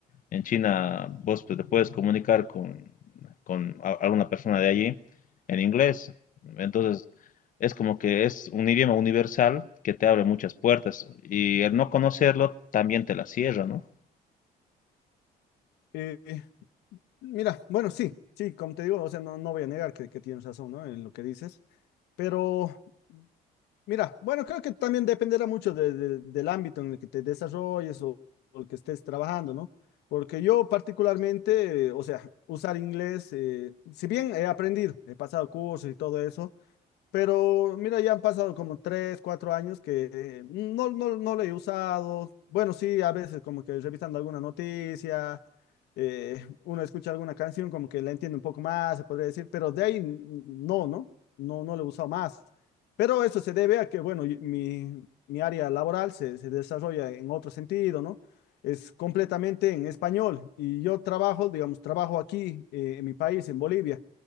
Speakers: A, on the left; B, on the left.
A: en China vos te puedes comunicar con, con a- alguna persona de allí en inglés. Entonces es como que es un idioma universal que te abre muchas puertas y el no conocerlo también te la cierra, ¿no?
B: Eh, mira, bueno, sí, sí, como te digo, o sea, no, no voy a negar que, que tienes razón, ¿no? En lo que dices, pero Mira, bueno, creo que también dependerá mucho de- de- del ámbito en el que te desarrolles o, o el que estés trabajando, ¿no? Porque yo particularmente, eh, o sea, usar inglés, eh, si bien he aprendido, he pasado cursos y todo eso, pero mira, ya han pasado como tres, cuatro años que eh, no, no, no lo he usado. Bueno, sí, a veces como que revisando alguna noticia, eh, uno escucha alguna canción como que la entiende un poco más, se podría decir, pero de ahí n- no, ¿no? No, no lo he usado más. Pero eso se debe a que, bueno, y- mi, mi área laboral se, se desarrolla en otro sentido, ¿no? Es completamente en español y yo trabajo, digamos, trabajo aquí eh, en mi país, en Bolivia.